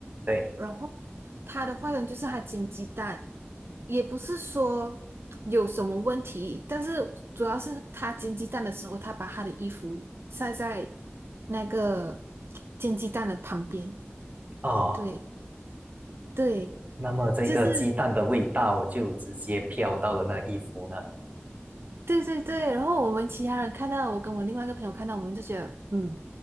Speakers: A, on the right; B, on the right.
A: 对。
B: 然后他的话呢，就是他煎鸡蛋，也不是说有什么问题，但是主要是他煎鸡蛋的时候，他把他的衣服晒在那个煎鸡蛋的旁边，
A: 哦，
B: 对对，
A: 那么这个鸡蛋的味道就直接飘到了那衣服那里。
B: 就是。对对对，然后我们其他人看到，我跟我另外一个朋友看到，我们就觉得，嗯，